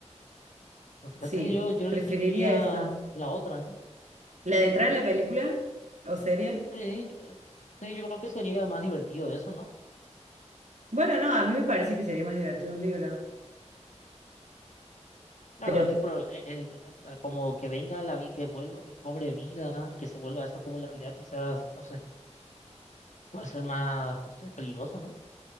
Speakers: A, on the left (about 80°); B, on the right (about 75°).
A: Pues fíjate
B: Sí,
A: que yo, yo
B: preferiría
A: elegiría
B: eso.
A: la otra, ¿eh?
B: ¿La de entrar en la película o serie?
A: Sí, yo, sí, yo creo que sería más divertido eso, ¿no?
B: Bueno, no, a mí me parece que sería más divertido un libro.
A: Claro,
B: Pero
A: es que pero, eh, el- o sea, como que venga la vi- que vuelva, que cobre vida y que se vuelva eso como la realidad, quizás, no sé, puede ser más, no sé, peligroso, ¿no?